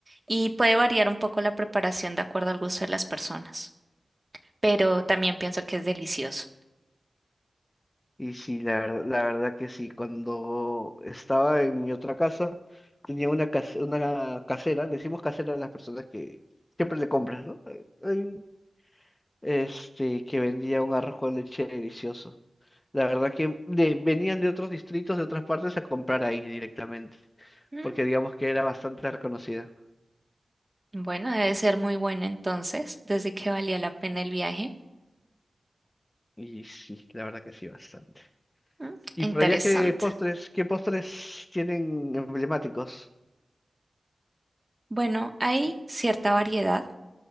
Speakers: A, on the right; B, on the left.
A: y puede variar un poco la preparación de acuerdo al gusto de las personas, pero también pienso que es delicioso.
B: Y sí, la verdad, la verdad que sí. Cuando estaba en mi otra casa, tenía una, cas- una casera, le decimos casera a las personas que siempre le compras, ¿no? Eh, hay- Este, que vendía un arroz con leche delicioso. La verdad que de- venían de otros distritos, de otras partes, a comprar ahí directamente,
A: Mm,
B: porque digamos que era bastante reconocida.
A: Bueno, debe ser muy bueno entonces, desde que valía la pena el viaje.
B: Y sí, la verdad que sí, bastante.
A: Mm,
B: Y
A: Interesante.
B: por allá, ¿qué postres, qué postres tienen emblemáticos?
A: Bueno, hay cierta variedad.